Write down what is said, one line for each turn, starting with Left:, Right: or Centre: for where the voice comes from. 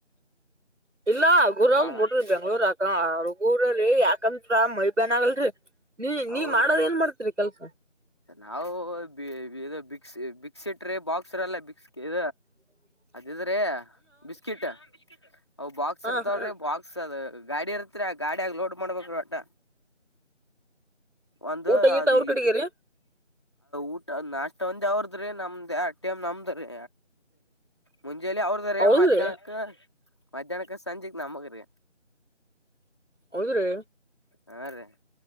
Right: ಇಲ್ಲಾ ಗುರಾಗ
Left: ಬಾಳ
Right: ಬಿಡ್ರಿ ಬೆಂಗ್ಳೂರ್ಕಗುರೀ ಯಾಕತ್ ಮೈಬ್ಯಾನ್ ಆಗಲ್ರರಿ ನೀ
Left: ಹೌದ್ರಿ
Right: ನೀವ್ ಮಾಡದ ಏನ್ ಮಾಡ್ತೀರಿ ಕೆಲ್ಸ
Left: ನಾವು ಇ ಬಿಕ್ಸ್ ಬಿಕ್ ಸಿಟ್ರೀ ಬಾಕ್ಸರ್ಲ್ಲ ಬಿಕ್ಸ್ ಇ
Right: <unintelligible> ಹಾ
Left: ಇದ್ದೀರಿ ಬಿಸ್ಕಿಟ್ ಅವು ಬಾಕ್ಸ್
Right: ಹ
Left: ಇರ್ತಾವಲ್
Right: ಹ
Left: ಬಾಕ್ಸ್ ಅದು ಗಾಡಿ ಇರ್ತ ಹತ್ರ ಗಾಡಿಯಾಗ ಲೋಡ್ ಮಾಡ್ಬೇಕ್ರ ಆಟ ಒಂದು
Right: ಊಟ ಗೀಟ
Left: ಅದು
Right: ಅವ್ರ ಕಡೆಗೆರಿ
Left: ಇದು ಊಟ ನಾ ಒಂದ ಅವ್ರದ್ರೀ ನಮ್ದ್ ಆ ಟಮ್ ನಮ್ದ್ರೀ ಮುಂಜೆಲಿಂ ಜಲಿ ಅವ್ರದ ರೀ
Right: ಹೌದ್ರಿ
Left: ಮಧ್ಯಾಹ್ನಕ್ಕ ಮಧ್ಯಾಹ್ನಕ್ಕ ಸಂಜೆಕ್ ನಮಗ್ರಿ
Right: ಹೌದ್ರೆ
Left: ಹಾ ರೀ